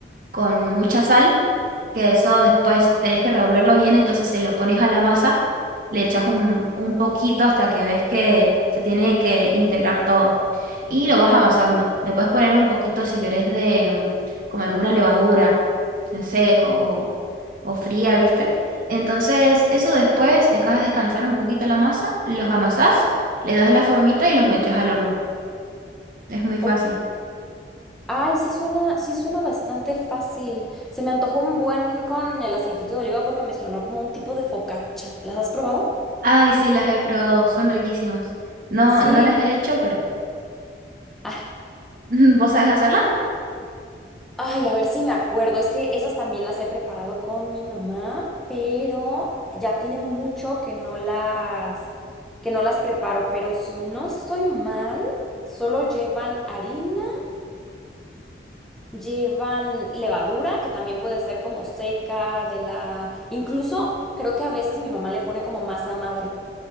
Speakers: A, on the right; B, in the centre.
A: con mucha sal, que eso después tenés que revolverlo bien, entonces se lo pones a la masa, le echas un, un poquito hasta que ves que se tiene que integrar todo. Y lo vas amasando. Le puedes poner un poquito, si querés, de mm, como alguna levadura en seco o, o fría, ¿viste? Entonces, eso después dejas descansar un poquito la masa, los amasás, le das la formita y los metes al horno. Es muy fácil.
B: Ok. Ay, sí suena, sí suena bastante fácil. Se me antojó un buen con el aceitito de oliva porque me sonó como un tipo de focaccia. ¿Las has probado?
A: Ay, sí, las he probado, son riquísimas. No,
B: Sí.
A: no las he hecho, pero
B: Ah,
A: <laughs> ¿vos sabés hacerlas?
B: ay, a ver si me acuerdo. Es que esas también las he preparado con mi mamá, pero ya tiene mucho que no las, que no las preparo. Pero si no estoy mal, solo llevan harina. Llevan levadura, que también puede ser como seca, de la... Incluso creo que a veces mi mamá le pone como masa madre.